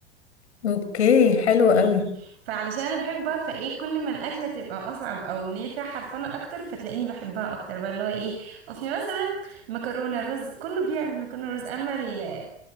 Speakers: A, on the left; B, on the right.
A: <laughs> اوكي حلو قوي
B: يعني فعلشان انا بحبها فايه كل ما الاكله تبقى اصعب او ان هي فيها حرفنه اكتر فتلاقيني بحبها اكتر بقى اللي هو ايه اصل مثلا مكرونه رز كله بيعمل مكرونه رز اما ال-